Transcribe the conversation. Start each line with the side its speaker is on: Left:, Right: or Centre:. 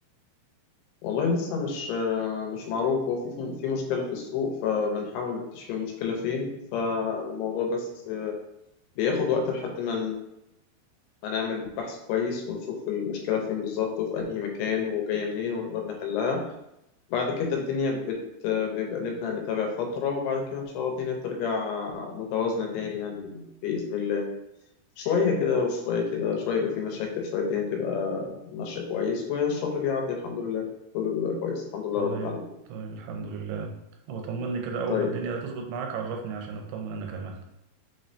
Left: والله لسه مش آه، مش معروف هو في في مشكلة في السوق فبنحاول نكتشف المشكلة فين فالموضوع بس بياخد وقت لحد ما هنعمل بحث كويس ونشوف المشكلة فين بالظبط وفي أنهي مكان وجاية منين ونقدر نحلها بعد كده الدنيا بت... بيبقى نبدأ نتابع فترة وبعد كده إن شاء الله الدنيا بترجع متوازنة تاني يعني بإذن الله شوية كده وشوية كده شوية يبقى في مشاكل شوية الدنيا تبقى ماشية كويس والشغل بيعدي الحمد لله كله بيبقى كويس الحمد لله
Right: طيب
Left: رب العالمين
Right: طيب الحمد لله أبقى طمني كده أول
Left: طيب
Right: ما الدنيا تظبط معاك عرفني عشان أطمن أنا كمان